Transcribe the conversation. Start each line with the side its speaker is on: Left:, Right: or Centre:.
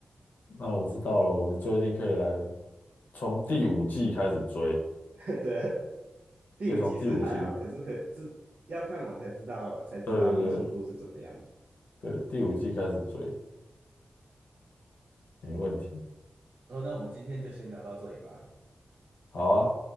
Left: 那我知道了，我最近可以来从第五季开始追，
Right: <laughs> 对，第五季是还好，
Left: 可以从第五季，
Right: 可是可自要看完才知道才知道第七部是怎么样。
Left: 对对对对，第五季开始追，没问题。
Right: 哦，那我们今天就先聊到这里吧。
Left: 好啊。